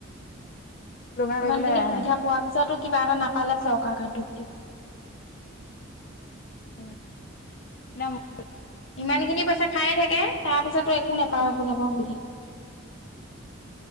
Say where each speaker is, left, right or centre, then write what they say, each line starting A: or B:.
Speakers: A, on the left (about 45°); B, on the left (about 70°).
A: লুঙা কৰিবলৈ
B: ইমান খিনি
A: এৰা
B: সুবিধা
A: নাই
B: পোৱা পিছতো কিবা এটা নাপালে চৰকাৰৰ গাত দুখ দিব
A: <unintelligible> উম ন
B: ইমান খিনি পইচা খায়ে থাকে তাৰ পিছতো একো নেপাও একো নেপাও কৈ থাকে